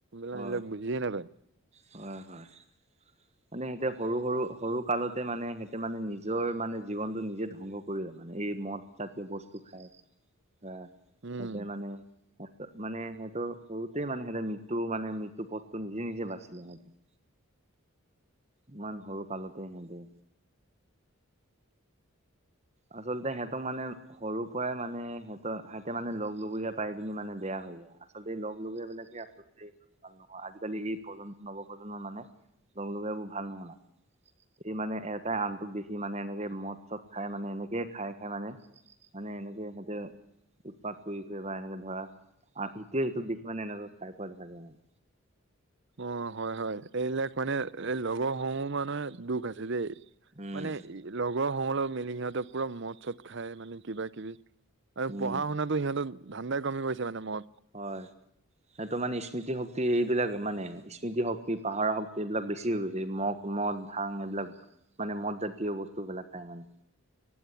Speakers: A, on the right; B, on the right.
A: হল
B: হয়
A: বুজিে নাপাই
B: হয় হয় মানে সিহঁতে সৰু সৰু সৰু কালতে মানে সিহঁতে মানে নিজৰ মানে জীৱনটো নিজে ধ্বংস কৰি লয় মানে এই মদ জাতীয় বস্তু খায় হ
A: উম
B: সিহতে মানে সহ মানে সিহত সৰুতে মানে সিহঁতে ম মানে মৃত্যুত্ৰ নিজে নিজে বাচি যা সতে ইমান সৰু কালতে হেতে আচলতে সিহঁতক মানে সৰু পৰাই মানে সিহঁত সিহঁতে মানে লগে পাই পিনি মানে বেয়া হৈ যায় আচলতে লগ লগেবিলাকে আচলতে ভাল নহয় আজিকালি এই প্ৰন্ নৱপ্ৰজন্মৰ মানে লগ লগেবোৰ ভাল নহানাই এই মানে এটাই আনটোক দেখি মানে এনেকে মদ চদ খাই মানে এনেকে খাই খাই মানে মানে এনেকে সিহঁতে উৎপাত কৰি ফুৰে বা এনেকে ধৰা আৰু ইেইটোৱে সেইটোোক দেখ মান এনেকৈ খাই পোৱা দেখা যায় মানে
A: অ হয় হয় এইবিলাক মানে এই লগৰ সমহ মানহে দুখ আছে দেই
B: উম
A: মানে লগৰ সহ মিলি সিহঁতে পুৰা মদ চদ খায় মানে কিবা কিবি আৰু
B: উম
A: পঢ়া শুনাতো সিহঁতৰ ধানণ্দাই কমি গৈছে মানে মৰত
B: হয় সেইটো মানে স্মৃতি শক্তি এইবিলাক মানে স্মৃতি শক্তি পাহাৰ শক্তি এইবিলাক বেছি হৈ গৈছে মহ মদ ভাং এইবিলাক মানে মদ জাতীয় বস্তুবিলাক খাই মানে